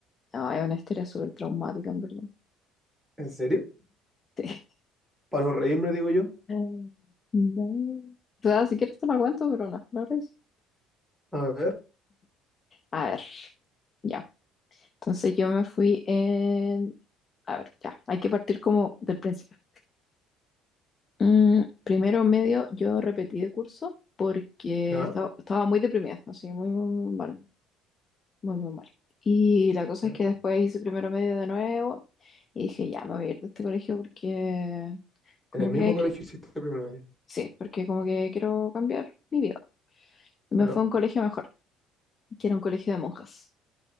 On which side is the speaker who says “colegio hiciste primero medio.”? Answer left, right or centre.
Centre